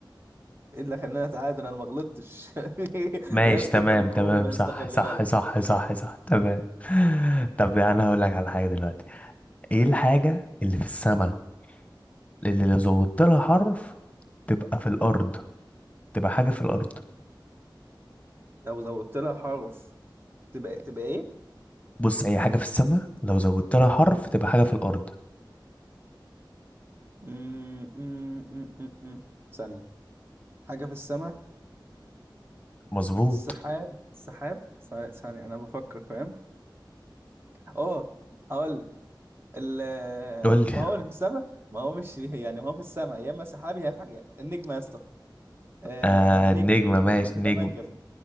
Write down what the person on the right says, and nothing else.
ايه اللي خلاني اتعادل انا ما غلطتش <laughs>
يا اسطى
انت بتخم
يا
اسطى خلي
بالك
قول
لي
لو زودت لها حرف تبقى تبقى ايه؟
اه
أمم، أمم، أمم، أمم. ثانية حاجة في السماء
السحاب السحاب ثانية ثانية، انا بفكر فاهم؟ اه هقول لك ال-
ما هو اللي في السماء ما هو مش يعني ما هو في السماء يا اما سحاب يا اما حاجة النجمة يا اسطى آه
نجم
نجمة تبقى
منجم